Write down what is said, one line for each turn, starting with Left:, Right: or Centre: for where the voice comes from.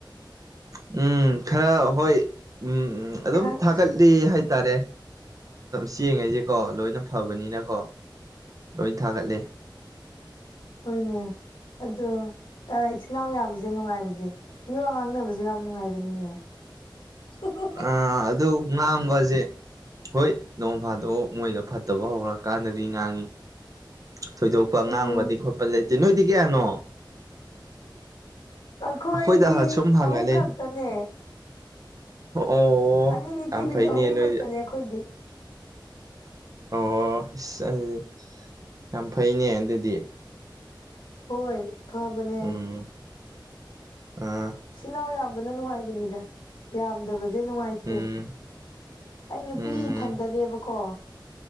Right: ꯎꯝ ꯈꯔ ꯍꯣꯏ ꯎꯝ ꯑꯗꯨꯝ
Left: ꯈꯔ
Right: ꯊꯥꯒꯠ ꯆꯠꯂꯤ ꯍꯥꯏꯇꯥꯔꯦꯝ ꯆꯦꯡꯉꯁꯦꯀꯣ ꯂꯣꯏꯅ ꯐꯕꯅꯤꯅꯀꯣ ꯂꯣꯏ ꯊꯥꯒꯠꯂꯦ
Left: ꯑꯣꯏꯅꯦ ꯑꯗꯣ ꯏꯆꯤꯟ ꯏꯅꯥꯎ ꯌꯥꯝꯕꯁꯦ ꯅꯨꯡꯉꯥꯏꯕꯁꯦ ꯃꯤꯑꯣꯉꯥꯡꯅꯕꯁꯨ ꯌꯥꯝ ꯅꯨꯡꯉꯥꯏꯕꯅꯤꯅꯦ <unintelligible>
Right: ꯑ ꯑꯗꯨ ꯉꯥꯡꯕꯁꯦ ꯍꯣꯏ ꯅꯣꯡ ꯐꯥꯗꯣꯛ ꯃꯣꯏꯗ ꯐꯠꯇꯕ ꯍꯧꯔꯀꯥꯟꯗꯗꯤ ꯉꯥꯡꯉꯤ ꯊꯣꯏꯗꯣꯛꯄ
Left: ꯎꯝ
Right: ꯉꯥꯡꯕꯗꯤ ꯈꯣꯠꯄ ꯂꯩꯇꯦ ꯅꯣꯏꯗꯤ ꯀꯌꯥꯅꯣ
Left: ꯑꯩꯈꯣꯏꯗꯤ
Right: ꯑꯩꯈꯣꯏꯗ ꯁꯨꯝ ꯍꯪꯉꯂꯩ
Left: ꯑꯍꯨꯝ ꯈꯛꯇꯅꯦ
Right: ꯑꯣ
Left: ꯑꯅꯤꯅꯤ
Right: ꯌꯥꯝꯝ
Left: ꯊꯤꯕꯤꯗ
Right: ꯐꯥꯏꯅꯤꯅ
Left: ꯑꯍꯨꯝ ꯈꯛꯇꯅꯦ ꯑꯩꯈꯣꯏꯗꯤ
Right: ꯑꯣ ꯑꯗꯨꯗꯤ ꯌꯥꯝ ꯐꯩꯅꯦ ꯑꯗꯨꯗꯤ
Left: ꯍꯣꯏ ꯐꯕꯅꯦ
Right: ꯎꯝ ꯑ
Left: ꯏꯆꯤꯜ ꯏꯅꯥꯎ ꯌꯥꯝꯕꯅ ꯅꯨꯡꯉꯥꯏꯕꯅꯤꯗ ꯌꯥꯝꯗꯕꯁꯦ ꯅꯨꯡꯉꯥꯏꯇꯦ
Right: ꯎꯝ
Left: ꯑꯩ ꯅꯨꯄꯤ
Right: ꯎꯝ
Left: ꯏꯊꯟꯗꯅꯦꯕꯀꯣ